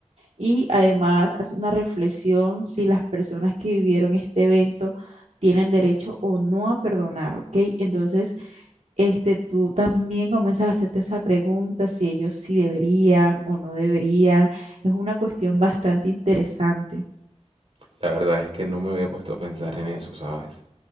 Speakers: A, on the right; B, on the right.
A: Y además hace una reflexión si las personas que vivieron este evento tienen derecho o no a perdonar, ¿ok? Entonces, este, tú también comienzas a hacerte esa pregunta si ellos sí deberían o no deberían. Es una cuestión bastante interesante.
B: La verdad es que no me había puesto a pensar en eso, ¿sabes?